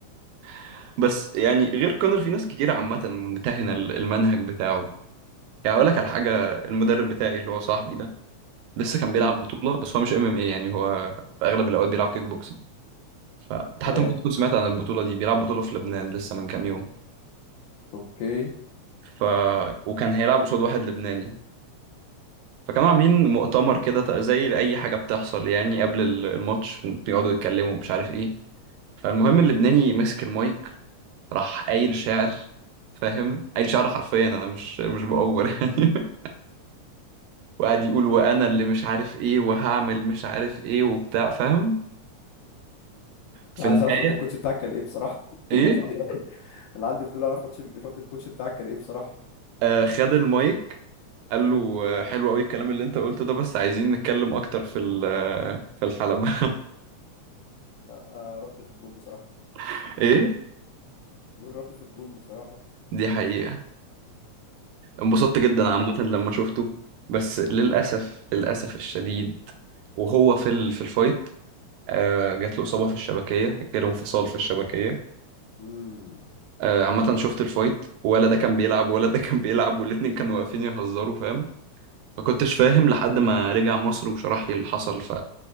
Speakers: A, on the right; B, on the left.
A: <laughs> بس يعني غير كونر في ناس كتير عامه ممتهنه ال- المنهج بتاعه يعني اقول لك على حاجه المدرب بتاعي اللي هو صاحبي ده لسه كان بيلعب
B: مم.
A: بطوله بس هو مش ام ام اي يعني هو في اغلب الاوقات بيلعب كيك بوكسنج فانت حتى
B: تمام
A: ممكن تكون سمعت عن البطوله دي بيلعب بطوله في لبنان لسه من كام يوم
B: اوكي
A: ف وكان هيلعب قصاد واحد لبناني فكانوا عاملين مؤتمر كده زي اي حاجه بتحصل يعني قبل ال- الماتش بيقعدوا يتكلموا مش عارف ايه فالمهم اللبناني مسك المايك راح قايل شعر فاهم قايل شعر حرفيا انا مش مش بأور يعني <laughs> وقعد يقول وانا اللي مش عارف ايه وهعمل مش عارف ايه وبتاع فاهم في
B: أنا
A: النهاية
B: عايز اعرف رد الكوتش بتاعك كان ايه بصراحه
A: ايه
B: <laughs> انا عندي فضول اعرف رد رد الكوتش بتاعك كان ايه بصراحه
A: آه خد المايك قال له آه، حلو قوي الكلام اللي انت قلته ده بس عايزين نتكلم اكتر في ال- آه، في الحلبة
B: لا، آه، رد في الجون بصراحه
A: <laughs> ايه
B: والرد في الجون بصراحه
A: دي حقيقة انبسطت جدا
B: ف
A: عامة لما شفته بس للأسف للأسف الشديد وهو في ال- في الفايت آه، جات له إصابة في الشبكية جاله انفصال في الشبكية
B: مم.
A: آه، عامة شفت الفايت ولا ده كان بيلعب ولا ده كان بيلعب والاتنين كانوا واقفين يهزروا فاهم ما كنتش فاهم لحد ما رجع مصر وشرح لي اللي حصل ف